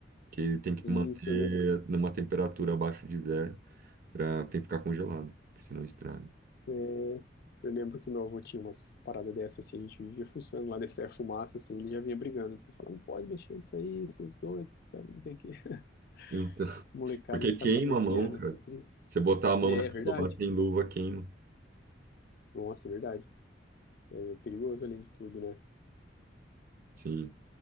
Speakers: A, on the right; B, on the left.
A: que ele tem que
B: Isso,
A: manter
B: eu lembro.
A: numa temperatura abaixo de zero, pra, tem que ficar congelado, que senão estraga.
B: É, eu lembro que meu avô tinha umas paradas dessas, assim, a gente vivia fuçando lá, descia a fumaça, assim, ele já vinha brigando, assim, falando, não pode mexer nisso aí, seus doidos, tá, não sei o quê. <laughs>
A: Então, <laughs>
B: Molecada
A: porque
B: sabe
A: queima
B: como é que
A: a mão,
B: é, né?
A: cara.
B: Sempre...
A: Você botar a mão
B: É,
A: naquilo
B: é verdade.
A: lá sem luva, queima.
B: Nossa, é verdade. É é perigoso além de tudo, né?
A: Sim.